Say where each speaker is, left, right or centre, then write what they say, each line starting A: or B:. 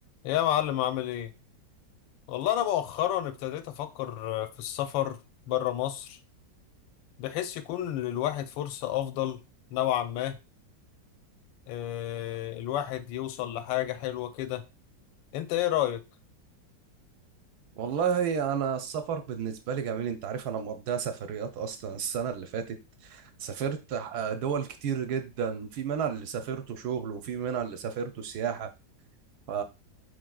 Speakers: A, on the left; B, on the right.
A: يا معلم عامل ايه والله انا مؤخرا ابتديت افكر في السفر برا مصر بحيث يكون للواحد فرصة افضل نوعا ما آه، الواحد يوصل لحاجة حلوة كده انت ايه رأيك
B: والله انا السفر بالنسبه لي جميل انت عارف انا مقضيها سفريات اصلا السنه اللي فاتت سافرت آه، دول كتير جدا في منها اللي سافرته شغل وفي منها اللي سافرته سياحه ف